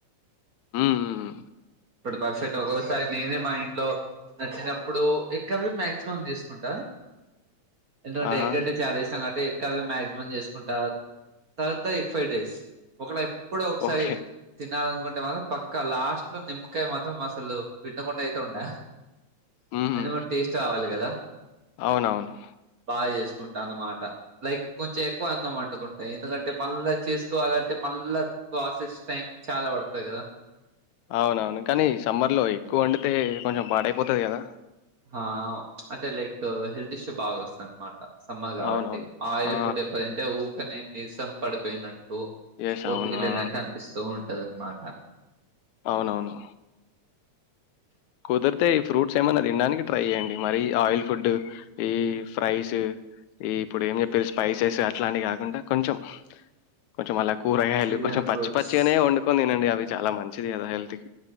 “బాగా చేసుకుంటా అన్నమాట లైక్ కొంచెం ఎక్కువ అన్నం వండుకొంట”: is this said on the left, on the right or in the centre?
Right